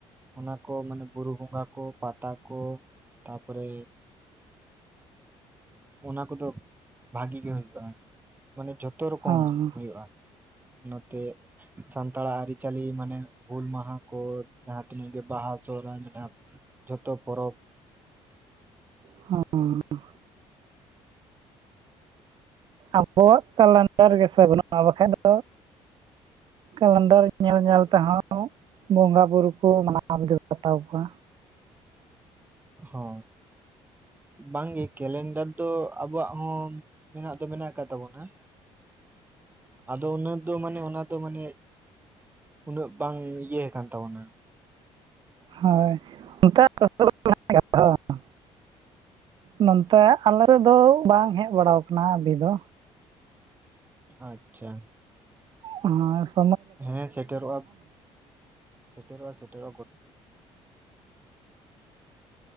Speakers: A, on the right; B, on the right.
A: ᱚᱱᱟ ᱠᱚ ᱢᱟᱱᱮ ᱵᱩᱨᱩ ᱵᱚᱸᱜᱟ ᱠᱚ ᱯᱟᱛᱟ ᱠᱚ ᱛᱟᱯᱚᱨᱮ᱾ ᱚᱱᱟ ᱠᱚ ᱫᱚ ᱵᱷᱟᱜᱤ ᱜᱮ ᱦᱩᱭᱩᱜᱼᱟ ᱢᱟᱱᱮ ᱡᱚᱛᱚ ᱨᱚᱠᱚᱢ
B: ᱦᱚᱸ
A: ᱦᱩᱭᱩᱜᱼᱟ᱾ ᱱᱟᱛᱮ᱾ ᱥᱟᱱᱛᱟᱲ-ᱟ ᱟᱹᱨᱤᱪᱟᱹᱞᱤ ᱢᱟᱱᱮ ᱦᱩᱞ ᱢᱟᱦᱟ ᱠᱚ ᱡᱟᱦᱟᱸ ᱛᱤᱱᱟᱹᱜ ᱜᱮ ᱵᱟᱦᱟ ᱥᱚᱦᱚᱨᱟᱭ ᱢᱮᱱᱟᱜ-ᱟ᱾ ᱡᱷᱚᱛᱚ ᱯᱚᱨᱚᱵᱽ
B: ᱦ <inaudible> ᱟᱵᱚᱣᱟᱜ ᱠᱞᱮᱱᱰᱟᱨ ᱜᱮ ᱥᱮ ᱵᱟᱹᱱᱩᱜᱼᱟ ᱵᱟᱠᱷᱟᱡ ᱫᱚ᱾ ᱠᱮᱞᱮᱱᱰᱟᱨ ᱧᱮᱞ ᱧᱮᱞ ᱛᱮ ᱦᱚᱸ ᱵᱚᱸᱜᱟ ᱵᱩᱨᱩ ᱠᱚ ᱢᱟᱱᱟᱣ <inaudible> ᱦᱟᱛᱟᱣ ᱠᱚᱣᱟ᱾
A: ᱦᱚ ᱵᱟᱝᱜᱮ ᱠᱮᱞᱮᱱᱰᱟᱨ ᱫᱚ ᱟᱵᱚᱣᱟᱜ ᱦᱚᱸ ᱢᱮᱱᱟᱜ ᱫᱚ ᱢᱮᱱᱟᱜ ᱟᱠᱟᱫ ᱛᱟᱵᱚᱱᱟ᱾ ᱟᱫᱚ ᱩᱱᱟᱹᱜ ᱫᱚ ᱢᱟᱱᱮ ᱚᱱᱟ ᱫᱚ ᱢᱟᱱᱮ᱾᱾ ᱩᱱᱟᱹᱜ ᱵᱟᱝ ᱤᱭᱟᱹ ᱟᱠᱟᱱ ᱛᱟᱵᱚᱱᱟ᱾
B: ᱦᱳᱭ ᱚᱱᱠᱟ ᱜᱮᱚ <inaudible> ᱱᱚᱱᱚᱛᱮ ᱟᱞᱮ ᱥᱮᱫ ᱫᱚ ᱵᱟᱝ ᱦᱮᱡ ᱵᱟᱲᱟ ᱟᱠᱟᱱᱟ ᱟᱦᱤ ᱫᱚ᱾
A: ᱟᱪᱪᱷᱟ᱾
B: ᱟᱨ <inaudible>
A: ᱦᱮᱸ ᱥᱮᱴᱮᱨᱚᱜᱼᱟ ᱥᱮᱴᱮᱨᱚᱜᱼᱟ ᱥᱮᱴᱮᱨᱚᱜᱼᱟ ᱚᱴᱟ